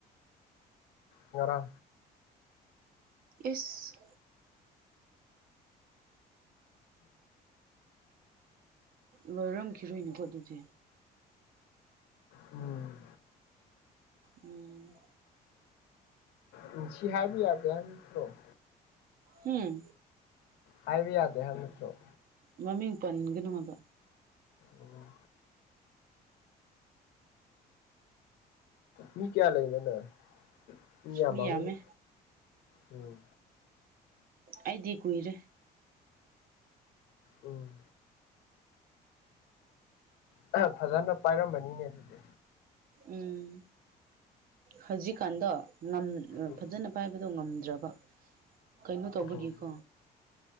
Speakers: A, on the left; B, on the right.
A: ꯋꯥꯔꯦ
B: ꯏꯁ ꯂꯣꯏꯔꯝꯈꯤꯔꯣꯏꯅꯦꯀꯣ ꯑꯗꯨꯗꯤ
A: ꯎꯝ
B: ꯎꯝ
A: ꯅꯨꯡꯁꯤ ꯍꯥꯏꯕ ꯌꯥꯗꯦ ꯍꯥꯏꯕ ꯅꯠꯇꯔꯣ
B: ꯍꯝ
A: ꯍꯥꯏꯕ ꯌꯥꯗꯦ ꯍꯥꯏꯕ ꯅꯇꯔꯣ
B: ꯃꯃꯤꯡ ꯄꯟꯒꯅꯨ ꯍꯕ
A: ꯎꯝ ꯃꯤ ꯀꯌꯥ ꯂꯩꯅꫭꯅꯪ ꯃꯤꯌꯥꯝꯃꯝꯅꯤ
B: ꯃꯤ ꯌꯥꯝꯃꯦ
A: ꯎꯝ
B: ꯑꯩꯗꯤ ꯀꯨꯏꯔꯦ
A: ꯎꯝ ꯑ ꯐꯖꯅ ꯄꯥꯏꯔꯝꯅꯤꯅꯦ ꯑꯗꯨꯗꯤ
B: ꯎꯝ ꯍꯧꯖꯤꯛꯀꯥꯟꯗꯣ ꯅꯝ
A: ꯎꯝ
B: ꯐꯖꯅ ꯄꯥꯏꯕꯗꯣ ꯉꯝꯗ꯭ꯔꯕ ꯀꯩꯅꯣ ꯇꯧꯕꯒꯤꯀꯣ
A: ꯎꯝ